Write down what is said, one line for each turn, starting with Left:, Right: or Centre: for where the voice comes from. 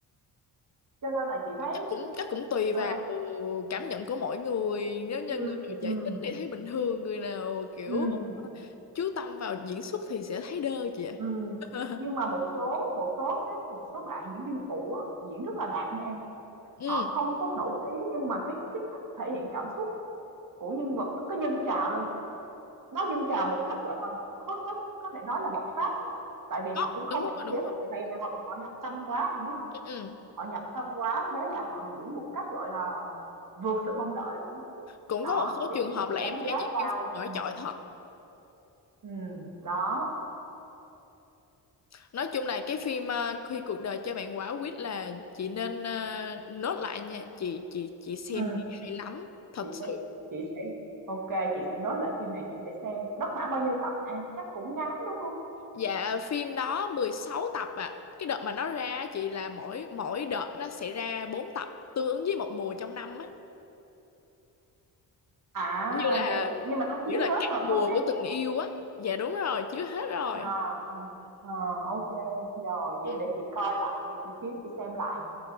Right: Cho nên là chị thấy,
Left: chắc cũng chắc cũng tùy
Right: ờ
Left: vào cảm nhận của mỗi người nếu như
Right: Ừ,
Left: người nào dễ
Right: ừ,
Left: tính thì thấy bình thường người nào kiểu
Right: ừ,
Left: ờ, chú tâm vào diễn xuất thì sẽ thấy đơ chị ạ
Right: ừ.
Left: <laughs>
Right: Nhưng mà một số một số cái một số bạn diễn viên phụ á, diễn rất là đạt nha An.
Left: ừ
Right: Họ không có nổi tiếng nhưng mà cái cái cách thể hiện cảm xúc của nhân vật nó cứ dâng trào lên, nó dâng trào một cách, gọi là, có có có thể nói là bộc phát á. Tại vì
Left: có
Right: họ cũng không
Left: đúng rồi
Right: kiềm
Left: đúng
Right: chế được,
Left: rồi
Right: tại vì vì họ họ nhập tâm quá, anh biết không?
Left: ừ. ừ.
Right: Họ nhập tâm quá, thế là họ diễn một cách, gọi là, vượt sự mong đợi luôn á.
Left: cũng
Right: Đó,
Left: có một số
Right: chị
Left: trường hợp
Right: thì chị
Left: là
Right: đánh
Left: em
Right: giá
Left: thấy diễn
Right: cao.
Left: viên phụ nổi
Right: ừ,
Left: trội thật
Right: ừm, đó,
Left: nói chung là cái phim ờ, khi cuộc đời cho bạn quả quýt là chị nên ờ, nốt lại nha chị chị chị xem
Right: ừ.
Left: đi hay lắm thật
Right: Chị
Left: sự
Right: sẽ chị sẽ OK, chị sẽ nốt lại phim này chị sẽ xem. Nó khoảng bao nhiêu tập An? Chắc cũng ngắn đúng không?
Left: Dạ phim đó 16 tập à. Cái đợt mà nó ra á chị là mỗi mỗi đợt nó sẽ ra bốn tập tương ứng với một mùa trong năm á.
Right: À
Left: Giống Như là
Right: vậy, nhưng mà nó chiếu
Left: nghĩa là
Right: hết
Left: các
Right: rồi phải
Left: mùa
Right: không An?
Left: của tình yêu á. Dạ đúng rồi, chiếu hết rồi.
Right: À, ừ. Ờ, OK, rồi vậy
Left: Ừ.
Right: để chị coi lại, thì chị kiếm chị xem lại.